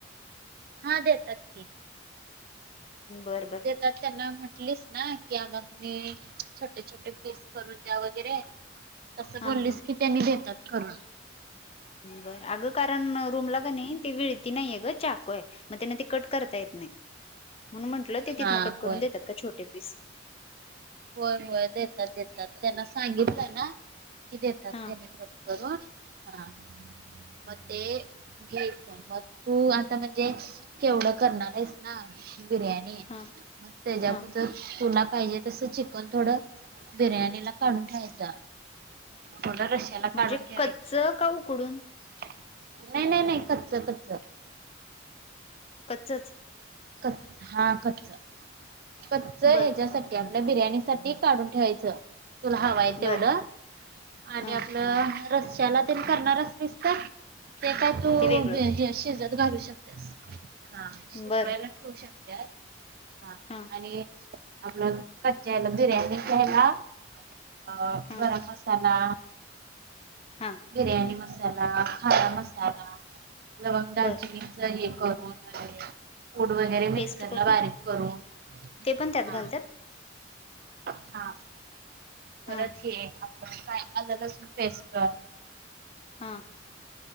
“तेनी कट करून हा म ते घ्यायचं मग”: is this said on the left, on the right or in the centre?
Right